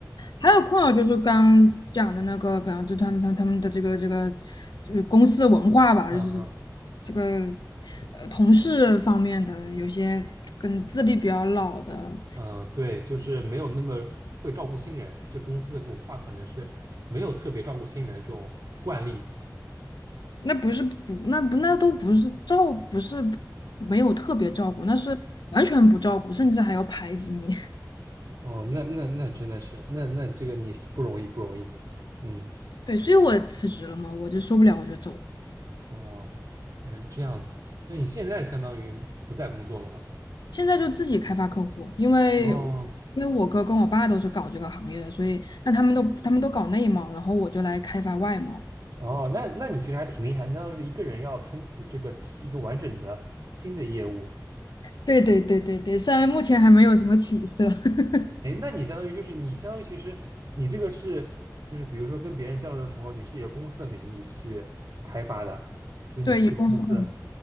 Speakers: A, on the left; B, on the right.
A: 还有困扰就是刚刚讲的那个，比方就他们他们他们的这个这个这个公司文化吧，
B: 啊啊
A: 就是这个呃同事方面的有些跟资历比较老的，
B: 嗯，对，就是没有那么会照顾新人，这公司的文化可能是没有特别照顾新人的这种惯例。
A: 那不是不那不那都不是照不是没有特别照顾，那是完全不照顾，甚至还要排挤你。
B: 哦，那那那真的是，那那这个你是不容易不容易，嗯，
A: <laughs> 对，所以我辞职了嘛，我就受不了，我就走了。
B: 哦，嗯，这样子，那你现在相当于不再工作了吗？
A: 现在就自己开发客户，因为
B: 哦，
A: 因为我哥跟我爸都是搞这个行业的，所以那他们都他们都搞内贸，然后我就来开发外贸。
B: 哦，那那你其实还挺厉害的，相当于是一个人要撑起这个是一个完整的新的业务。
A: 对对对对对，虽然目前还没有什么起色。<laughs>
B: 哎，那你相当于就是你相当于其实你这个是就是比如说跟别人交流的时候，你是以公司的名义去开发的，就你自己有公司，
A: 对，以公司的，